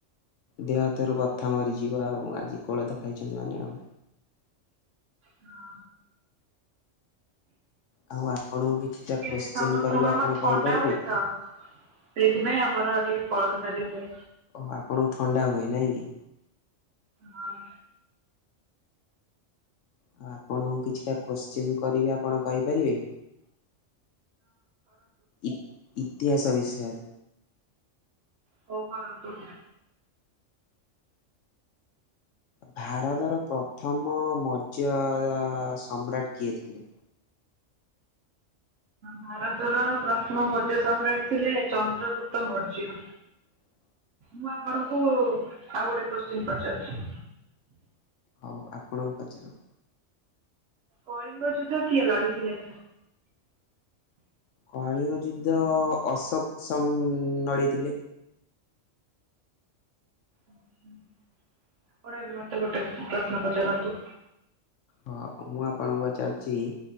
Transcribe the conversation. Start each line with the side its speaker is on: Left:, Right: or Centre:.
Left: ଦେହ ହାତରୁ ବଥା ମରିଯିବ ଆଉ ଆଜି କୋଳଥ ଖାଇଛନ୍ତି ମାନେ ଆଉ
Right: ହଁ
Left: ଆଉ ଆପଣଙ୍କୁ କିଛିଟା
Right: ଟିକେ
Left: କୋଶ୍ଚିନ୍
Right: ସମସ୍ତଙ୍କୁ
Left: କରିବି
Right: ଆମର
Left: ଆପଣ
Right: ଥଣ୍ଡା
Left: କହିପାରିବେ?
Right: ହୁଏ ତ ସେଇଥିପାଇଁ ଆମର ଟିକେ କୋଲୋଥୋ ଡାଲି ହୁଏ।
Left: ଓହୋ ଆପଣଙ୍କୁ ଥଣ୍ଡା ହୁଏ ନାଇଁ କି?
Right: ହଁ।
Left: ଆଉ ଆପଣଙ୍କୁ କିଛିଟା କୋଶ୍ଚିନ୍ କରିବି ଆପଣ କହିପାରିବେ? ଇ ଇତିହାସ ବିଷୟରେ।
Right: ହୋଉ କରନ୍ତୁ।
Left: ଭାରତର ପ୍ରଥମ ମର୍ଯ୍ୟ ଅଁ <unintelligible> ସମ୍ରାଟ କିଏ ଥିଲେ?
Right: ଭାରତର ପ୍ରଥମ ମର୍ଯ୍ୟ ସମ୍ରାଟ ଥିଲେ ଚନ୍ଦ୍ରଗୁପ୍ତ ମର୍ଯ୍ୟ।
Left: <inaudible>
Right: ମୁଁ ଆପଣଙ୍କୁ ଆଉ ଗୋଟେ କୋଶ୍ଚିନ୍ ପଚାରୁଚି।
Left: ହୋଉ ଆପଣଙ୍କୁ ପଚାର।
Right: କଳିଙ୍ଗ ଯୁଦ୍ଧ କିଏ ଲଢିଥିଲେ?
Left: କାଳିଙ୍ଗ ଯୁଦ୍ଧ ଅଶୋକ ସମ ନଢିଥିଲେ।
Right: ଆଛା ଆପଣ ମତେ ଏବେ ଗୋଟେ ପ୍ରଶ୍ନ ପଚାରନ୍ତୁ।
Left: ହଁ ମୁଁ ଆପଣଙ୍କୁ ଚାହୁଛି